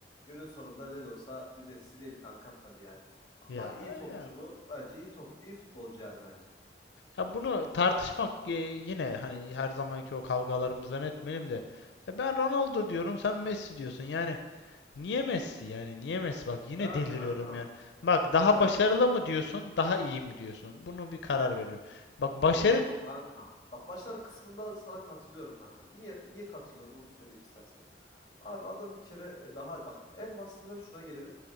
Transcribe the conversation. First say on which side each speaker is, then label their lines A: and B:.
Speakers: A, on the left; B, on the left.
A: günün sonunda ne de olsa bir Messi değil kankam tabii yani. Ama
B: Ya,
A: iyi topçu
B: ya
A: bu. Bence iyi topçu, iyi futbolcu yani bence.
B: Ya bunu tartışmak e, yine hani her zamanki o kavgalarımızdan etmeyelim de e, ben Ronaldo diyorum sen Messi diyorsun. Yani niye Messi? Yani niye Messi? Bak yine
A: Ya
B: deliriyorum
A: kankam,
B: yani. Bak daha
A: ya
B: başarılı mı diyorsun, daha iyi mi diyorsun? Bunu bir karar veriyorum. Bak başarı
A: yok yok kankam. Bak başlar kısmında sana katılıyorum kanka. Niye niye katılıyorum onu söyleyeyim istersen. Abi adam bir kere e, daha bak en basitinden şuna gelelim.